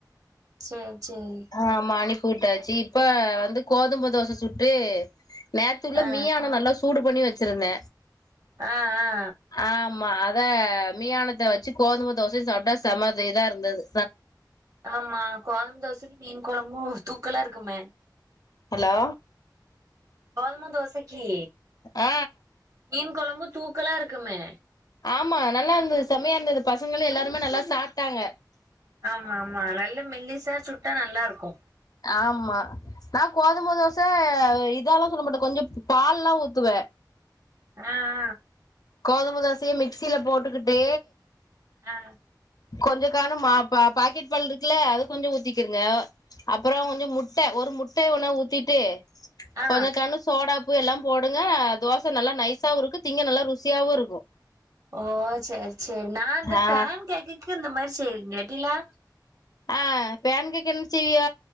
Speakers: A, on the right; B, on the left.
A: சேர் சேரி
B: ஆ அனுப்பி விட்டாச்சு இப்ப வந்து கோதும தோச சுட்டு நேத்தல்ல
A: ஆ
B: மீயானோ நல்லா சூடு பண்ணி வெச்சிருந்த
A: ஆ ஆ
B: ஆமா அத மியானத்த வெச்சு கோதும தோசையு சாப்ட்டா செம இதா இருந்துது
A: ஆமா கோதும தோசைக்கு மீன் கொழம்பு தூக்கலா இருக்குமே
B: ஹலோ
A: கோதும தோசைக்கி
B: ஆ
A: மீன் கொழம்பு தூக்கலா இருக்குமே
B: ஆமா நல்லா இருந்தது செமையா இருந்தது பசங்களு எல்லாருமே நல்லா சாப்ட்டாங்க
A: ஆமாமா நல்ல மெல்லிசா சுட்டா நல்லா இருக்கு
B: ஆமா நா கோதும
A: ம்
B: தோச இதாயெல்லா சொல்ல மாட்ட கொஞ்சோ பால் எல்லா ஊத்துவ
A: ஆ
B: கோதும தோசய மிக்சியில போட்டுகிட்டு
A: ஆ
B: கொஞ்ச காண மா பா பாக்கெட் பால் இருக்கல்ல அது கொஞ்சோ ஊத்திக்கிருங்க அப்புறம்
A: ஆ
B: கொஞ்சம் மு சே ஒரு முட்டைய ஒண்ணா ஊத்திட்டு
A: ஆ
B: கொஞ்சோ கனுஷ் சோடா உப்பு எல்லாம் போடுங்க தோச நல்லா நைஸாவுருக்கும் திங்க நல்லா ருசியாவுருக்கும்
A: ஓ செரி செரி நான் இந்த
B: ஆ
A: பேன் கேக்குக்கு இந்த மாதிரி செய்றேங்க டீளா
B: ஆ பேன் கேக்கு என்ன செய்விய